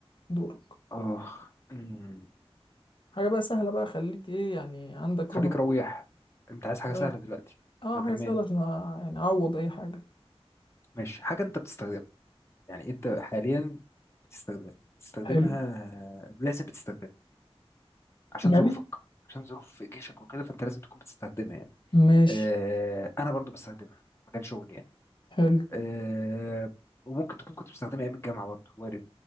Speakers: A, on the left (about 50°); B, on the left (about 25°).
A: دورك
B: آه أمم.
A: حاجة بقى سهلة بقى خليك ايه يعني عندك
B: خليك
A: روح رياضية.
B: رويح أنت عايز حاجة
A: اه
B: سهلة دلوقتي
A: اه
B: ده تمام
A: حاجة سهلة عشان أ- يعني اعوض اي حاجة
B: ماشي حاجة أنت بتستخدمها يعني انت حاليا بتستخدم بتستخدمها
A: حلو
B: لازم بتستخدمها عشان
A: مالي
B: ظروفك عشان ظروف جيشك وكده فانت لازم تكون بتستخدمها يعني
A: ماشي
B: اه انا برضو بستخدمها في مجال شغلي يعني
A: حلو
B: اه وممكن تكون كنت بستخدمها ايام الجامعه برضو وارد